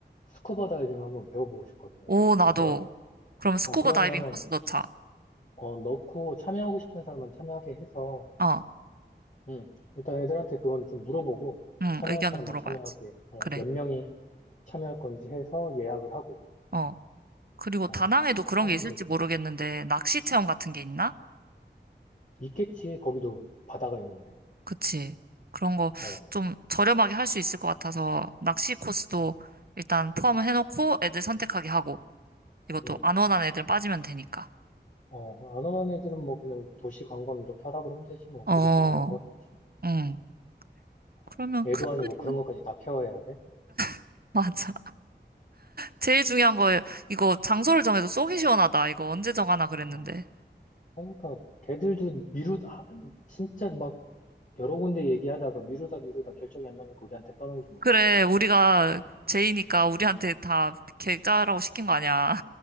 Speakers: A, on the left (about 45°); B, on the right (about 55°).
A: 스쿠버 다이빙 한번 배워보고 싶거든.
B: 오, 나도.
A: 어때?
B: 그럼 스쿠버
A: 어, 그러면,
B: 다이빙 코스 넣자.
A: 어, 넣고 참여하고 싶은 사람만 참여하게 해서,
B: 어.
A: 음, 일단 애들한테 그건 좀 물어보고,
B: 응,
A: 참여할
B: 의견을
A: 사람만
B: 물어봐야지.
A: 참여하게, 어,
B: 그래.
A: 몇 명이, 참여할 건지 해서 예약을 하고,
B: 어. 그리고
A: 어,
B: 다낭에도
A: 그렇게
B: 그런
A: 하면
B: 게 있을지
A: 되지.
B: 모르겠는데, 낚시 체험 같은 게 있나?
A: 있겠지, 거기도 바다가 있는데.
B: 그치. 그런 거
A: 어,
B: 좀 저렴하게 할 수 있을 것 같아서, 낚시 코스도
A: 음,
B: 일단 포함을 해놓고 애들 선택하게 하고, 이것도
A: 음.
B: 안 원하는 애들은 빠지면 되니까.
A: 어, 안 오는 애들은 뭐 그냥 도시 관광 이렇게 하라 그러면 되지, 뭐.
B: 어,
A: 지들끼리 알아서 하겠지.
B: 응. 그러면
A: 어, 애도
B: 큰
A: 아니고
B: 그림은,
A: 그런 것까지 다 케어해야 돼.
B: <laughs> 맞아. 제일 중요한 거, 이거 장소를 정해도 속이 시원하다. 이거 언제 정하나 그랬는데.
A: 어, 그러니까 걔들도 미루다, 아, 진짜 막 여러 군데 얘기하다가 미루다 미루다 결정이 안 나니까 우리한테 떠넘긴 거지.
B: 그래, 우리가 제이니까 우리한테 다 계획
A: 음,
B: 짜라고 시킨 거 아니야.